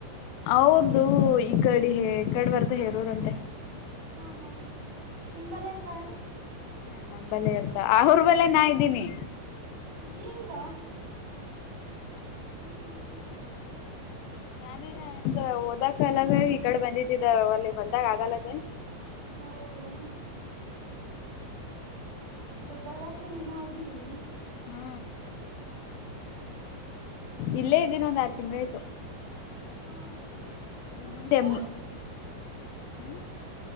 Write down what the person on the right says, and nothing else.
ಹಾ ಹಾ ಹಾ ನಿಂಬಲ್ಲ ಇರ್ತಾಳೆನು
ಹಿಂಗ ಹ್ಮ್ ಹ್ಮ್ ಹ್ಮ್ <inaudible>
ಹೌದು ಗುಲ್ಬರ್ಗಕ್ಕೆ ನೀನೇ ಹೋಗಿದ್ದಿ
ಹಾ ಬರೋಬರೇ
ಹಾ
ಮತ್
ನಿಮ್ಮೂರ